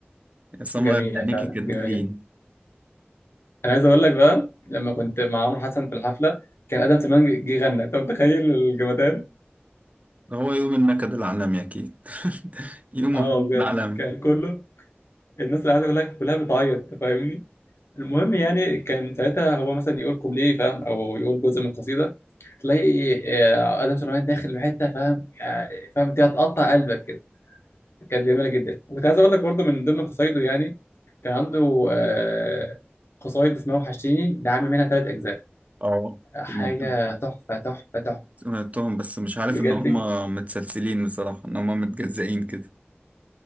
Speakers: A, on the right (about 35°); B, on the left (about 90°).
A: سمرة
B: جميله
A: عينيكي
B: فعلا
A: كدفين
B: جميله جدا انا عايز اقول لك بقى لما كنت مع عمرو حسن في الحفله كان ادم سليمان جه غنى انت متخيل الجمدان
A: هو يوم النكد العالمي اكيد <laughs> يوم
B: اه
A: الحب
B: بجد
A: العالمي
B: كان كله الناس اللي قاعده كلها كلها بتعيط أنت فاهمني المهم يعني كان ساعتها هو مثلا يقول كوبليه فاهم او يقول جزء من القصيده تلاقي آه، ادم سليمان داخل بحته فاهم آه، فاهم انت هتقطع قلبك كده كانت جميله جدا وكنت عايز اقول لك برضو من ضمن قصايده يعني كان عنده آه، قصايد اسمها وحشتيني ده عامل منها ثلاث اجزاء
A: اه
B: حاجه
A: سمعتهم
B: تحفه تحفه تحفه
A: سمعتهم بس مش عارف
B: بجد
A: ان هم متسلسلين بصراحه ان هم متجزئين كده